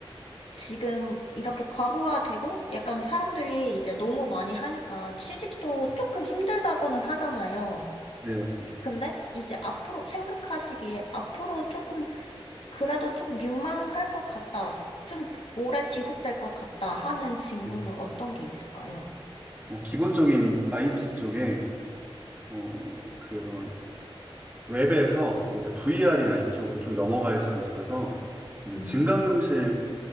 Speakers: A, on the left (about 85°); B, on the right (about 15°).
A: 지금 이렇게 과부하되고 약간 사람들이 이제 너무 많이 하니까 취직도
B: 네,
A: 조금 힘들다고는 하잖아요.
B: 네, 맞습니다.
A: 근데 이제 앞으로 생각하시기에 앞으로 조금 그래도 좀 유망할 것 같다. 좀 오래 지속될 것 같다 하는 직무는
B: 네.
A: 어떤 게 있을까요?
B: 어, 기본적인 IT 쪽에 어, 그런 웹에서 이제 VR이나 이쪽으로 좀 넘어갈 수 있어서 이제 증강현실
A: 어,